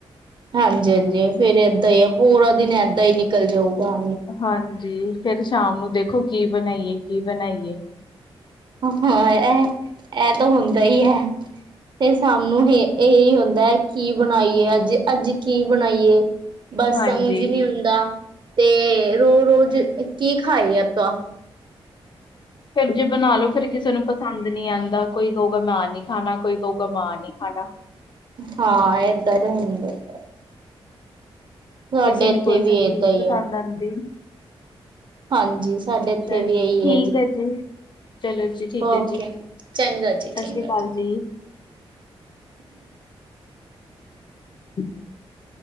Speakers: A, on the right (about 45°); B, on the left (about 45°).
A: ਹਾਂਜੀ-ਹਾਂਜੀ, ਫੇਰ ਏਦਾਂ ਈ ਆ, ਪੂਰਾ ਦਿਨ ਏਦਾਂ ਈ ਨਿਕਲ ਜਾਊਗਾ।
B: ਹਾਂਜੀ, ਫੇਰ ਸ਼ਾਮ ਨੂੰ ਦੇਖੋ, ਕੀ ਬਨਾਈਏ, ਕੀ ਬਨਾਈਏ?
A: ਹਾਂ ਐਹ, ਐਹ ਤਾਂ ਹੁੰਦਾ ਈ ਐ, ਫਿਰ ਸਾਮ ਨੂੰ ਹੀ ਏਹੀ ਹੁੰਦਾ ਐ, ਕੀ ਬਨਾਈਏ ਅੱਜ -ਅੱਜ ਕੀ ਬਨਾਈਏ? ਬਸ
B: ਹਾਂਜੀ
A: ਸਮਝ ਈ ਨੀ ਹੁੰਦਾ, 'ਤੇ ਰੋ- ਰੋਜ਼ ਕੀ ਖਾਈਏ ਆਪਾਂ?
B: ਫਿਰ ਜੇ ਬਨਾ ਲੋ ਫੇਰ ਕਿਸੇ ਨੂੰ ਪਸ ਪਸੰਦ ਨੀ ਆਂਦਾ, ਕੋਈ ਕਊਗਾ, ਮਾ ਐ ਨੀ ਖਾਨਾ, ਕੋਈ ਕਊਗਾ, ਮਾ ਐ ਨੀ ਖਾਨਾ।
A: ਹਾਂ ਏਦਾਂ ਤਾਂ ਹੁੰਦਾ ਈ ਏ। ਸਾਡੇ
B: ਕਿਸੇ
A: ਇੱਥੇ
B: ਨੂੰ ਕੋਈ
A: ਵੀ
B: ਸਬਜ਼ੀ
A: ਏਦਾਂ
B: ਨੀ
A: ਹੀ
B: ਪਸੰਦ
A: ਆ।
B: ਆਂਦੀ।
A: ਹਾਂਜੀ ਸਾਡੇ
B: ਅੱਛਾ
A: ਇੱਥੇ ਵੀ
B: ਜੀ,
A: ਇਹੀ
B: ਠੀਕ ਹੈ ਜੀ, ਚਲੋ ਜੀ। ਜੀ ਠੀਕ
A: ਓਕੇ
B: ਹੈ ਜੀ!
A: ਚੰਗਾ ਜੀ
B: ਸਤਿ
A: ਚੰਗਾ
B: ਸ਼੍ਰੀ ਅਕਾਲ ਜੀ।
A: <inaudible>
B: <inaudible>